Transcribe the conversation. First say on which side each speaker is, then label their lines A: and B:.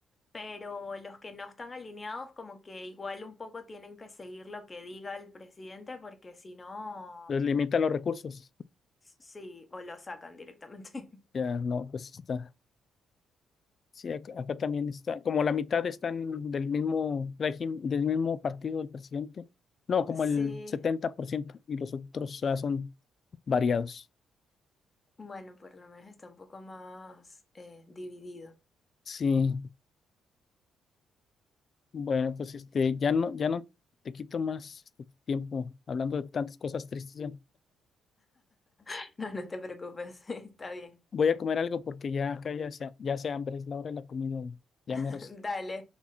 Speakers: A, on the left; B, on the left.
A: pero los que no están alineados como que igual un poco tienen que seguir lo que diga el presidente porque si no,
B: les limitan los recursos.
A: sí, o lo sacan directamente.
B: Ya,
A: <laughs>
B: no, pues está. Sí, acá, acá también está. Como la mitad están del mismo régimen, del mismo partido del presidente. No, como
A: Sí,
B: el 70% y los otros ya son variados.
A: bueno, por lo menos está un poco más eh, dividido.
B: Sí, bueno, pues este, ya no, ya no te quito más este, tiempo hablando de tantas cosas tristes. ya.
A: <laughs> No, no te preocupes, <laughs> está bien.
B: Voy a comer algo porque ya acá ya se, ya se hambre, es la hora de la comida. Ya
A: <laughs>
B: menos
A: Dale,